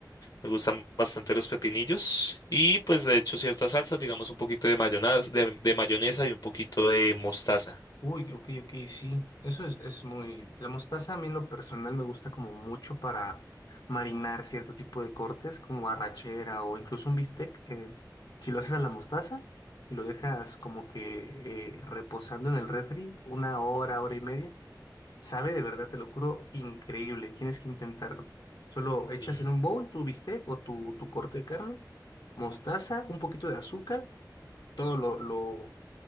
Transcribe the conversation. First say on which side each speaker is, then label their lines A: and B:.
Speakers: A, on the left (about 55°); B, on the left (about 70°).
A: Me gustan bastante los pepinillos y pues de hecho ciertas salsas, digamos un poquito de mayonesa, de, de mayonesa y un poquito de mostaza.
B: Uy, ok, ok, sí, eso es, es muy... La mostaza a mí en lo personal me gusta como mucho para marinar cierto tipo de cortes, como arrachera o incluso un bistec. eh, si lo haces a la mostaza y lo dejas como que eh, reposando en el refri una hora, hora y media, Sabe de verdad, te lo juro, increíble. Tienes que intentarlo. Solo echas
A: Mm,
B: en un bowl tu bistec o tu, tu corte de carne, mostaza, un poquito de azúcar, todo lo, lo